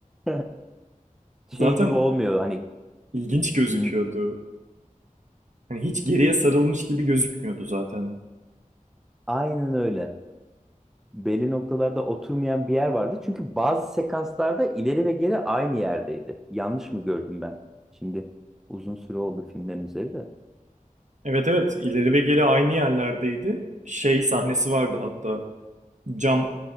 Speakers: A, in the centre; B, on the right.
A: <laughs> şey
B: Zaten
A: gibi olmuyor hani
B: ilginç gözüküyordu.
A: "Hmm,
B: Hani hiç geriye sarılmış gibi gözükmüyordu zaten.
A: aynen öyle. Belli noktalarda oturmayan bir yer vardı. Çünkü bazı sekanslarda ileri ve geri aynı yerdeydi. Yanlış mı gördüm ben? Şimdi uzun süre oldu filmlerin üzeri de.
B: Evet evet ileri ve geri aynı yerlerdeydi. Şey sahnesi vardı hatta. Cam